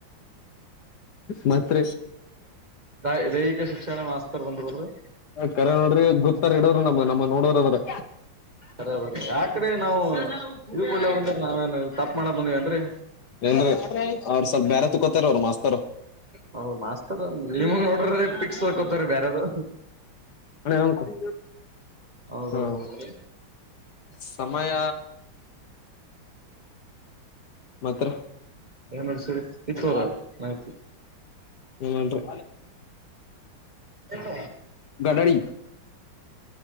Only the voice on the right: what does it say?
ದ ದೈಹಿಕ ಶಿಕ್ಷಣ ಮಾಸ್ಕರ್ ಬಂದ್ರೋರಿ
ಅರ ಬರ್ರ ಯಾಕ್ರೀ ನಾವು ಇದ ಕಳ್ಳೆ ಬಂದ್ರ ನಾವೇ ತಪ್ಪ ಮಾಡಕ್ ಬಂದಿವವಿನ್ರೀ
ಹೌದ ಮಾಸ್ತರ್ ನಿಮ ನೋಡ್ರ ಪಿಕ್ಸ್ ತಕೋತಾರ ಬೇರದು
ಹೌದೌದ
ಹೌದು
ಏನ್ ನಡ್ಸೀರಿ ಇತ್ತುರ ಮಾಹಿತಿ
ಎತ್ತ